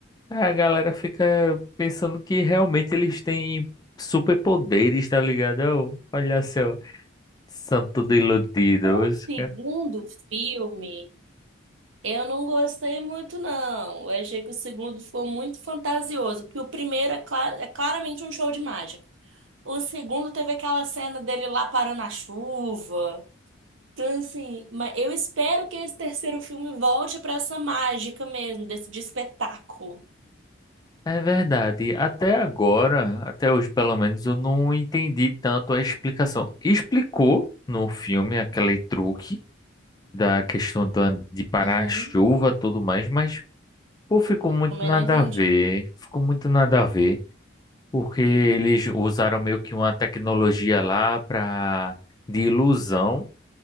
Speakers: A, on the left (about 20°); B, on the right (about 75°).
A: A galera fica pensando que realmente eles têm superpoderes, tá ligado? Ó, Olha só, são tudo iludidos.
B: O segundo filme, eu não gostei muito, não. Eu achei que o segundo ficou muito fantasioso, porque o primeiro é, clara- é claramente um show de mágica. O segundo teve aquela cena dele lá parando a chuva. Então, assim, mas eu espero que esse terceiro filme volte pra essa mágica mesmo, desse de espetáculo.
A: É verdade. Até agora, até hoje pelo menos, eu não entendi tanto a explicação. Explicou no filme aquele truque da questão da, de parar
B: Uhum.
A: a chuva e tudo mais, mas pô, ficou
B: Eu
A: muito
B: Também
A: nada
B: não entendi.
A: a ver. Ficou muito nada a ver, porque eles usaram meio que uma tecnologia lá pra, de ilusão